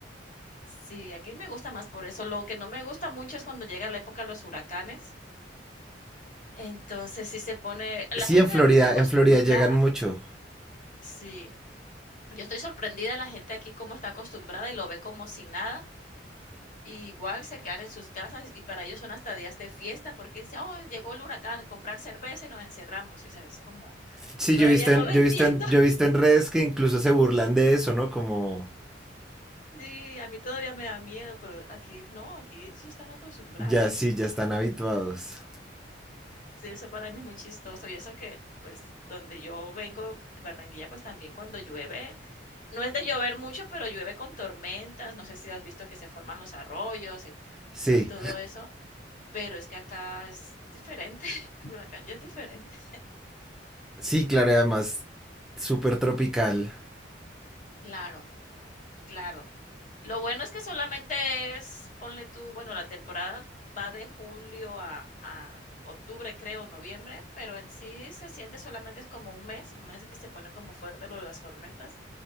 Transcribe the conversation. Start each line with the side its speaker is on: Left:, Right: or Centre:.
Left: Sí, aquí me gusta más por eso. Lo que no me gusta mucho es cuando llega la época de los huracanes. Entonces, sí se pone, la
Centre: Sí,
Left: gente
Centre: en Florida,
Left: de aquí está acostumbrada.
Centre: en Florida llegan mucho.
Left: Sí, Yo estoy sorprendida de la gente aquí cómo está acostumbrada y lo ve como si nada. Y igual se quedan en sus casas y para ellos son hasta días de fiesta porque dice, oh, llegó el huracán a comprar cerveza y nos encerramos. Y, o sea, es como,
Centre: Sí,
Left: yo todavía
Centre: yo he visto
Left: no
Centre: en,
Left: lo
Centre: yo
Left: entiendo.
Centre: he visto en, yo
Left: <laughs>
Centre: he visto en redes que incluso se burlan de eso, ¿no? Como
Left: Sí, a mí todavía me da miedo, pero aquí no, aquí ellos están acostumbrados.
Centre: ya sí, ya están habituados.
Left: Sí, eso para mí es muy chistoso. Y eso que, pues, donde yo vengo, Barranquilla, pues también cuando llueve, no es de llover mucho, pero llueve con tormentas. No sé si has visto que se forman los arroyos y,
Centre: Sí,
Left: y todo eso. Pero es que acá es diferente, <laughs> el huracán ya es diferente.
Centre: sí, claro, y además súper tropical.
Left: Claro, claro. Lo bueno es que solamente es, ponle tú, bueno, la temporada va de julio a, a octubre, creo, noviembre, pero en sí se siente solamente es como un mes, un mes que se pone como fuerte lo de las tormentas